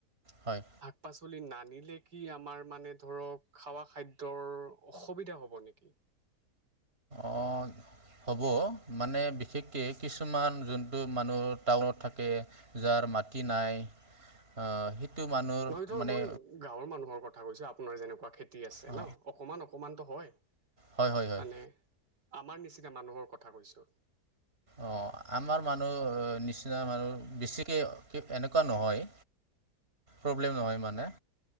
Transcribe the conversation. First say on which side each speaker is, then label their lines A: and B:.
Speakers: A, on the right; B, on the right.
A: হয়
B: শাক পাচলি নানিলে কি আমাৰ মানে ধৰক খাৱা খাদ্য ৰ অসুবিধা হ'ব নেকি?
A: অঁ হ'ব মানে বিশেষকে কিছুমান যোনটো মানুহ টাউনত থাকে যাৰ মাটি নাই। আ' সেইটো মানুহৰ
B: নহয় ধৰ
A: মানে
B: মই গাঁৱৰ মানুহৰ কথা কৈছে আপোনাৰ যেনেকুৱা খেতি আছে
A: অঁ
B: ন, অকমান অকমানতো হয়
A: হয় হয় হয়
B: মানে আমাৰ নিচিনা মানুহৰ কথা কৈছোঁ।
A: অ'। আমাৰ মানুহ নিচিনা মানুহ বেছিকৈ এনেকুৱা নহয়। প্ৰব্লেম নহয় মানে।